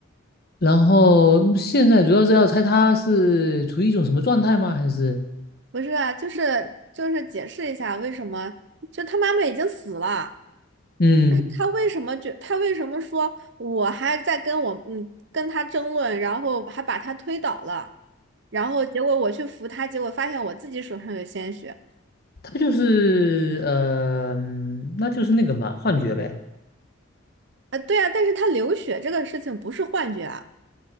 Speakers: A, on the left (about 45°); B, on the right (about 55°).
A: 然后嗯现在主要是要猜他是处于一种什么状态吗？还是
B: 不是啊，就是就是解释一下为什么，就他妈妈已经死了，
A: 嗯。
B: 但是他为什么觉，他为什么说我还在跟我嗯跟他争论，然后还把他推倒了，然后结果我去扶他，结果发现我自己手上有鲜血。
A: 他不就是呃，嗯那就是那个嘛，幻觉呗。
B: 呃，对啊，但是他流血这个事情不是幻觉啊。